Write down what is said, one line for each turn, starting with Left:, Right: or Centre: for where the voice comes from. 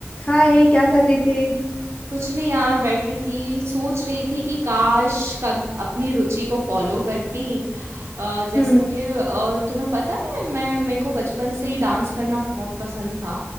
Left: हाय क्या कर रही थी
Right: कुछ नहीं यार बैठी थी सोच रही थी कि काश कब अपनी रुचि को फॉलो करती अ, जैसे
Left: हम्म
Right: अ, तुम्हें पता है मैं मेरे को बचपन से ही डांस करना बहुत पसंद था